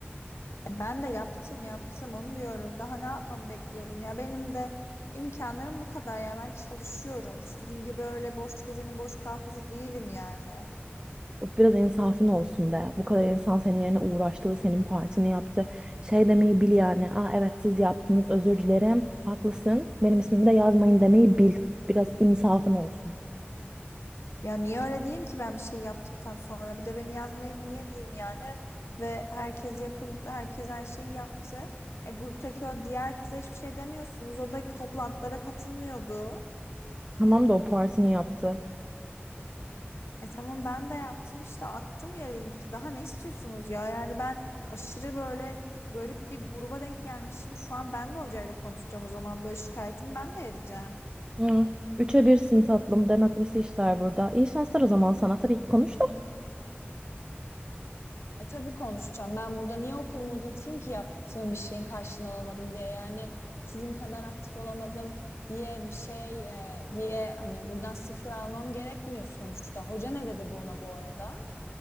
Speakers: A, on the left; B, on the right.
A: E, ben de yaptım yaptım onu diyorum. Daha ne yapmamı bekliyordun? Ya benim de imkanlarım bu kadar ya. Ben çalışıyorum. Sizin gibi öyle boş gezeni boş kafası değilim yani.
B: Biraz insafın olsun be. Bu kadar insan senin yerine uğraştı, senin partini yaptı. Şey demeyi bil yani. Aa evet siz yaptınız, özür dilerim. Haklısın. Benim ismimi de yazmayın demeyi bil. Biraz insafın olsun.
A: Ya niye öyle diyeyim ki ben bir şey yaptıktan sonra bir de beni yazmayın niye diyeyim yani ve herkes yapıldı herkes her şeyi yaptı. E, gruptaki o diğer kıza hiçbir şey demiyorsunuz. O da toplantılara katılmıyordu.
B: Tamam da o partini yaptı.
A: E tamam ben de yaptım işte attım ya linki. Daha ne istiyorsunuz ya? Yani ben aşırı böyle garip bir gruba denk gelmişim. Şu an ben de hocayla konuşacağım o zaman böyle şikayetimi ben de edeceğim.
B: Hı. Üçe birsin tatlım. Demokrasi işler burada. İyi şanslar o zaman sana. Tabii ki konuş da.
A: E tabii konuşacağım. Ben burada niye okulumu uzatayım ki yaptığım bir şeyin karşılığını alamadım diye. Yani sizin kadar aktif olamadım diye bir şey e, diye hani buradan sıfır almam gerekmiyor sonuçta. Hoca ne dedi bu ona bu arada?